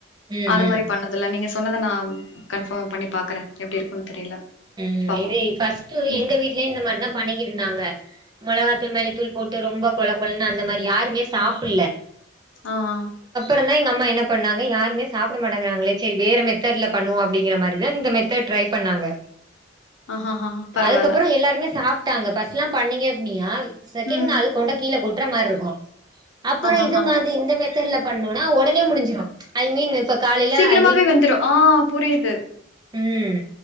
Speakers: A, on the right; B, on the left.
A: ம்
B: அதது
A: ம்
B: மாதிரி பண்ணதல நீங்க சொன்னதை நான் கன்ஃபர்மா பண்ணி பாக்குறேன் எப்படி இருக்கும்ன்னு தெரியல
A: உம்
B: பாப்போம்.
A: இது ஃபஸ்டு
B: நெ
A: எங்க வீட்லயும் இந்த மாரிதா பண்ணிக்கிட்ருந்தாங்க மொளகாத் தூள்மல்லித்தூள் போட்டு ரொம்ப கொழ கொழன்னு அந்த மாரி யாருமே சாப்டல
B: ஆஹ்ஹ்
A: அப்றோந்தா எங்கம்மா என்ன பண்ணாங்க யாருமே சாப்பிடமாட்டேங்கறாங்களே ச்சேரி வேற மெத்தெட்ல பண்ணுவோ அப்டிங்கிறமாரிதா இந்த மெத்தெட் ட்ரை பண்ணாங்க
B: ஆஹஹஹா பரவால்ல.
A: அதுக்கப்றோம் எல்லாருமே சாப்ட் நாங்க பர்ஸ்ட்ல பண்ணீங்க அப்டினா செகண்ட்
B: ம்.
A: நாலு கொண்டய கீழ கொட் ற மாரி இருக்கு அப்றோ
B: ஆஹஹா.
A: இது மாதிரி இந்த மெத்த இதுல பண்ணோனா உடனே முடுஞ்சிடும் ஐ மீன் இப்ப காலைல
B: சீக்கிரமாவே
A: ஐ
B: வெந்துரும் ஆஹ் புரியுது
A: உம்